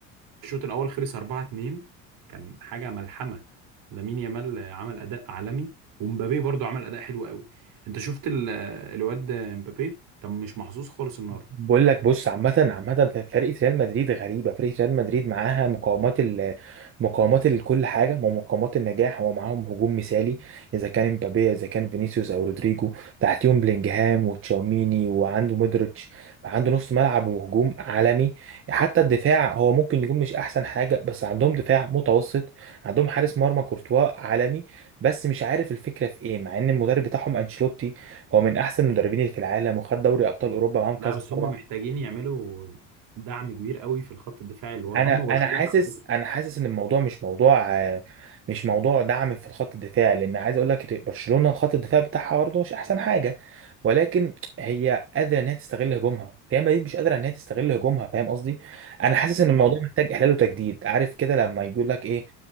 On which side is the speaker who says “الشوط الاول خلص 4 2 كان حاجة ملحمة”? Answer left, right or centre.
Right